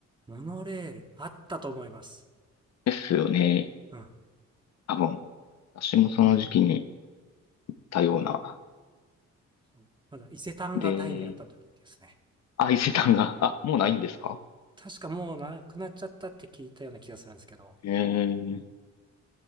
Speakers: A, on the right; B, on the left.
A: モノレール、あったと思います。
B: ですよね。
A: うん。
B: 多分。私もその時期に行ったような。
A: そうまだ伊勢丹がタイにあった時ですね。
B: で、あ、伊勢丹が、あ、もうないんですか
A: 確かもうなくなっちゃったって聞いたような気がするんですけど、
B: ええ。